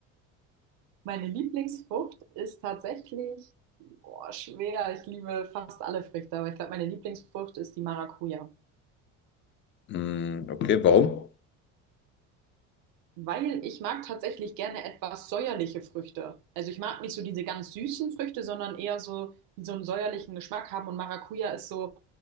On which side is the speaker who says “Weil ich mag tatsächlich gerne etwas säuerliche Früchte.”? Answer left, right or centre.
Right